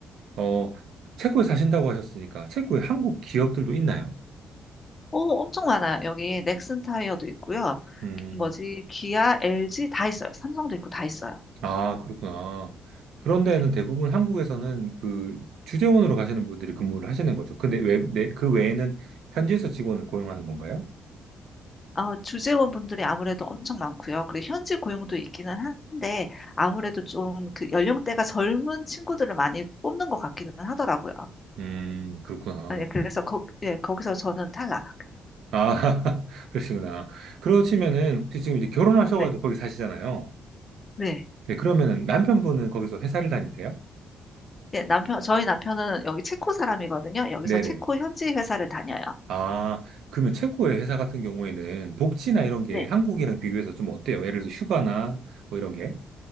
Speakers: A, on the right (about 75°); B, on the left (about 30°).
A: 어, 체코에 사신다고 하셨으니까, 체코에 한국 기업들도 있나요?
B: 오, 엄청 많아요. 여기 넥슨 타이어도 있고요.
A: 음,
B: 뭐지, 기아, LG 다 있어요. 삼성도 있고 다 있어요.
A: 아, 그렇구나. 그런 데는
B: 네.
A: 대부분 한국에서는 그 주재원으로 가시는 분들이 근무를 하시는 거죠. 근데 외, 내, 그 외에는 현지에서 직원을 고용하는 건가요?
B: 아, 주재원 분들이 아무래도 엄청 많고요. 그리고 현지 고용도 있기는 한데, 아무래도 좀 그 연령대가 젊은 친구들을 많이 뽑는 것 같기는 하더라고요.
A: 음, 그렇구나.
B: 아, 예, 그래서 거, 예, 거기서 저는 탈락.
A: 아, <laughs> 그러시구나. 그러시면은 혹시 지금 이제 결혼하셔가지고
B: 네,
A: 거기 사시잖아요.
B: 네.
A: 네, 그러면은 남편분은 거기서 회사를 다니세요?
B: 예, 남편, 저희 남편은 여기 체코 사람이거든요. 여기서
A: 네네.
B: 체코 현지 회사를 다녀요.
A: 아, 그러면 체코의 회사 같은 경우에는 복지나 이런 게
B: 네.
A: 한국이랑 비교해서 좀 어때요? 예를 들어서 휴가나 뭐 이런 게?